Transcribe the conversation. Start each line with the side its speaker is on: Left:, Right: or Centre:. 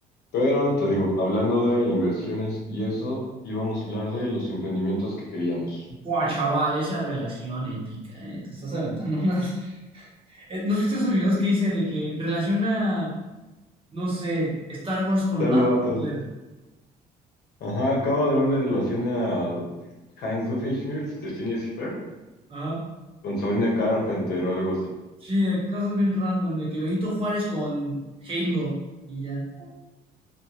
Left: Pero te digo, hablando de inversiones y eso, íbamos a hablar de los emprendimientos que queríamos.
Right: Buah, chaval, esa relación épica, eh, te estás aventando <laughs> unas. Eh, ¿Nos viste esos videos que hice de que relaciona, no sé, Star Wars con
Left: Tal
Right: Adolf
Left: vato.
Right: Hitler?
Left: Ajá, acabo de ver de relación a Heinz Doofenshmirtz de Phineas y Ferb
Right: Ajá.
Left: con Sabrina Carpenter o algo así.
Right: Sí, de cosas bien random, de que Benito Juárez con Halo y ya.